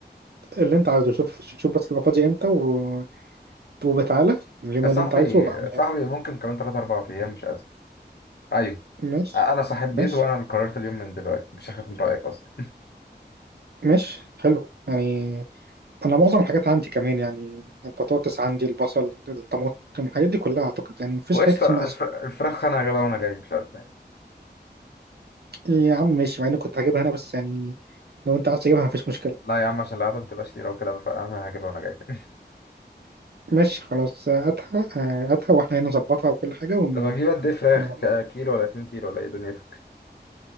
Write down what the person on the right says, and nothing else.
اللي انت عايزه شوف شوف بس تبقى فاضي امتى و... وبتعالى اليوم
اللي انت عايزه وبعملها
لك
ماشي
ماشي
ماشي حلو يعني انا معظم الحاجات عندي كمان يعني البطاطس عندي البصل الطماطم الحاجات دي كلها اعتقد يعني مفيش
حاجه كتير ناقصه
يا عم ماشي مع اني كنت هجيبها انا بس يعني لو انت عايز تجيبها مفيش مشكله
ماشي خلاص هاتها آه، هاتها واحنا هنا نظبطها وكل حاجه ون...
ونبقى